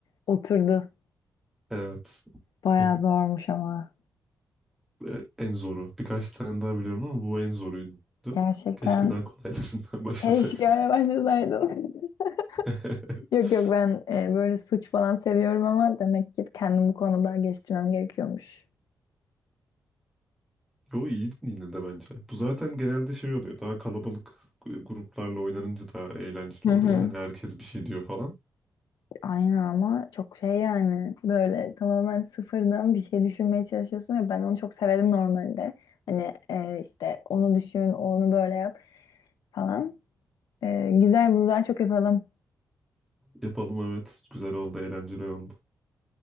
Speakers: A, on the left; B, in the centre.
A: oturdu.
B: Evet.
A: Bayağı
B: <laughs>
A: zormuş ama.
B: E, En zoru. Birkaç tane daha biliyorum ama bu en zoruydu.
A: Gerçekten
B: Keşke daha kolaylarından <laughs> başlasaymıştım.
A: keşke öyle başlasaydım.
B: <laughs>
A: <laughs> Yok yok ben e, böyle suç falan seviyorum ama demek ki kendimi bu konuda geliştirmem gerekiyormuş.
B: Yo iyiydin yine de bence. Bu zaten genelde şey oluyor. Daha kalabalık gruplarla oynanınca daha eğlenceli
A: Hı
B: oluyor.
A: hı.
B: Hani herkes bir şey diyor falan.
A: Aynen ama çok şey yani böyle tamamen sıfırdan bir şey düşünmeye çalışıyorsun ya ben onu çok severim normalde. Hani e, işte onu düşün, onu böyle yap falan. E, güzel bunu daha çok yapalım.
B: Yapalım evet. Güzel oldu, eğlenceli oldu.